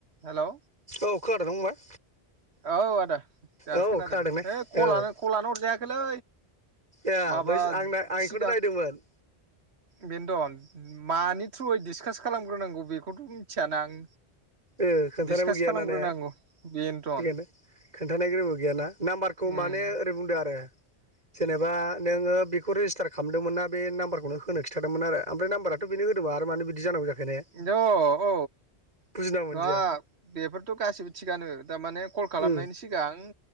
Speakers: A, on the right; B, on the right.
A: Hello
B: औ खोनादोंना फंबाय?
A: औ आदा दासो
B: औ
A: खोनादों
B: ने
A: है
B: औ
A: कलानो कलानो हरजायाखैलै
B: ए
A: माबा
B: बै आं आं
A: सिगां
B: एखौनो नायदोंमोन।
A: बेनोथ' मानि थ्रुयै डिसकास खालामग्रोनांगौ बेखौथ मिथियाना आं
B: ओ खोन्थानायबो
A: डिसकास
B: गैया
A: खालामग्रोनांगौ
B: ना ने
A: बेनोथन
B: बेखायनथ खोन्थानाय गोबो गैयाना नाम्बारखौ
A: उम
B: माने ओरै बुंदो आरो जेनेबा नोङो बेखौ रेजिस्टार खालामदोंमोनना बे नाम्बारखौनो होनो खिथादोंमोन आरो आमफ्राय नाम्बाराथ बेनो होदोंमोना आरो मानो बिदि जानांगौ जाखो। ने
A: इनथ औ
B: बुजिना मोनदिया
A: नङा बेफोरथ गासिबो थिगानो दामाने कल खालामनायनि
B: उम
A: सिगां